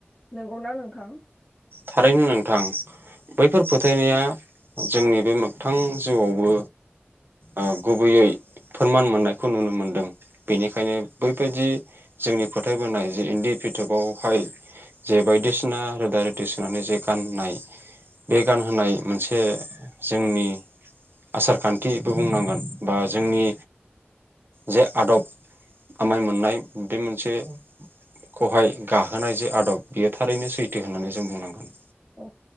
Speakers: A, on the left; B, on the right.
A: नोंगौना नोंथां
B: थारैनो नोंथां बैफोर फोथायनाया जोंनि बे मोगथां जिउआवबो ओ गुबैयै फोरमान मोननायखौ नुनो मोनदों बिनिखायनो बैबायदि जोंनि फोथायबोनाय जि इन्दि फिथोबावहाय जे बायदिसिना रोदा सोनानै जे गाननाय बे गानहोनाय मोनसे जोंनि आसारखान्थिबो बुंनांगोन बा जोंनि जे आदब आमाय मोननाय बे मोनसे खौहाय गाहोनाय जे आदब बियो थारैनो सैथो होननानै जों बुंनांगोन
A: औ